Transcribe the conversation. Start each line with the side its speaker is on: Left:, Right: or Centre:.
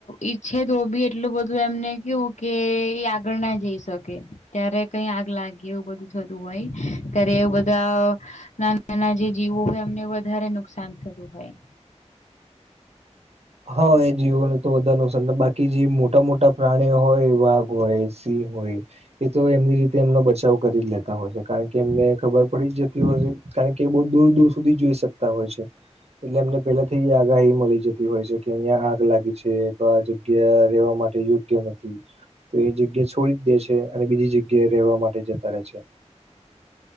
Left: ઈચ્છે તો બી એટલું બધું એમને કેવું કે એ આગળ ના જઈશ તોકે ત્યારે કઈ આગ લાગી એવું બધું થતુ હોય ત્યારે એવ બધા નાન નાના જે જીવો હોય એમને વધારે નુકસાન થતું હોય.
Right: હ એ જીવોને તો વધારે નુકસાન બાકી જે મોટા મોટા પ્રાણીઓ હોય વાઘ હોય, સિંહ હોય એ તો એમની રીતે એમનો બચાવ કરી જ લેતા હોય છે કારણ કે એમને ખબર પડી જ જતી હોય છે કારણ કે બહુ દૂર દૂર સુધી જોઈ શકતા હોય છે એટલે એમને પેલાથી આગાહી મળી જત તી હોય છે કે અહિયાં આગ લાગી છે તો આ જગ્યા રહેેવા માટે યોગ્ય નથી. તો એ જગ્યા છોડી જ દે છે અને બીજી જગ્યા રહેવા માટે જતા રહે છે.